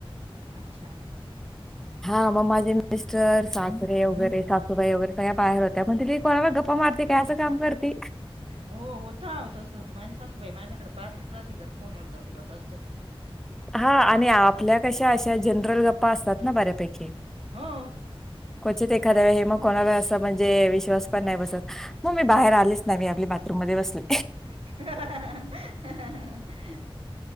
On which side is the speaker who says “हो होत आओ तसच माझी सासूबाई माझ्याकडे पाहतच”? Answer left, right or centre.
Right